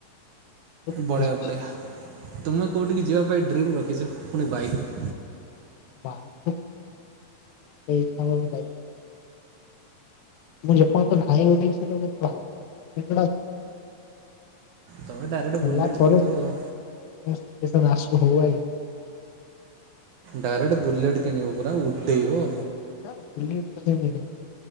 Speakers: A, on the left (about 80°); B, on the right (about 75°).
A: ପ୍ଲେସ୍
B: ବଢ଼ିଆ
A: ଅଛି।
B: ବଢ଼ିଆ ତୁମେ କୋଉଠିକି ଯିଆ ପାଇଁ ଡ୍ରିମ୍ ରଖିଚ ପୁଣି ବାଇକ୍ ରେ?
A: ବାଇକ୍ ରେ <inaudible> ମୁଁ ଯେପର୍ଯ୍ୟନ୍ତ ନାହିଁ ଗୋଟେ <inaudible> ଭାବିକି
B: ତମେ ଡାଇରେକ୍ଟ
A: ହେଲା
B: ବୁଲେଟ୍
A: ପରେ
B: କିଣିବ
A: ମୋ
B: ଆଉ।
A: ସିଚୁଏସନ୍ ଆସୁ ହୋଉ ଆଗେ।
B: ଡାଇରେକ୍ଟ ବୁଲେଟ କିଣିବ ପୁରା ଉଠେଇବା।
A: ହେ ବୁଲେଟ୍ କଥା ଏବେ କଣ